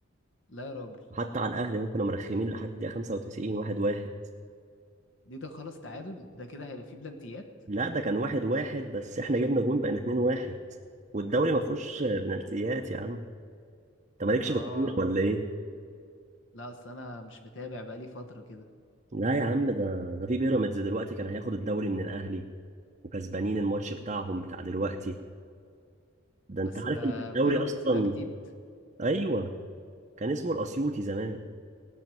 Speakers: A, on the left; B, on the right.
A: لا يا راجل
B: وحتى على الاهلي هم كانوا مرخمين لحد الدقيقه 95 واحد واحد
A: دي ده خلاص تعادل ده كده هيبقى فيه بلانتيات
B: لا ده كان واحد واحد بس احنا جبنا جون بقينا 2 واحد والدوري ما فيهوش
A: آه
B: بنالتيات يا عم انت مالكش
A: آه.
B: في الكوره ولا ايه
A: لا أصل أنا مش متابع بقالي فترة كده
B: لا يا عم ده ده في بيراميدز دلوقتي كان هياخد الدوري من الاهلي وكسبانين الماتش بتاعهم بتاع دلوقتي ده انت
A: بس
B: عارف
A: ده
B: ان الدوري
A: بيراميدز
B: اصلا
A: ده جديد
B: ايوه كان اسمه الاسيوطي زمان